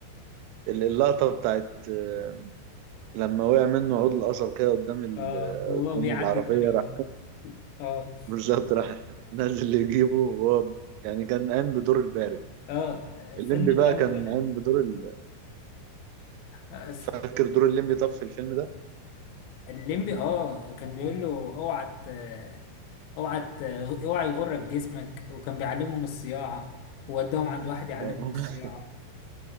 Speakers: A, on the right (about 85°); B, on the left (about 85°).
A: ال- اللقطة بتاعت آه، لما وقع منه عود القصب كده قدام ال...
B: اه هو
A: قدام
B: بيعدي
A: العربية
B: الطريق
A: راح
B: اه
A: <laughs> بالظبط راح نازل يجيبه وهو يعني كان قام بدور البارد
B: اه
A: الليمبي
B: فن
A: بقى
B: اللم
A: كان
B: بلاش
A: قام بدور ال...
B: آه، أس-
A: فاكر دور الليمبي طب في الفيلم ده؟
B: الليمبي اه كان بيقول له اوعى ت- اوعى ت- اوعى يغرك جسمك وكان بيعلمهم الصياعة ووداهم عند واحد يعلمهم
A: آه.
B: الصياعة
A: <laughs>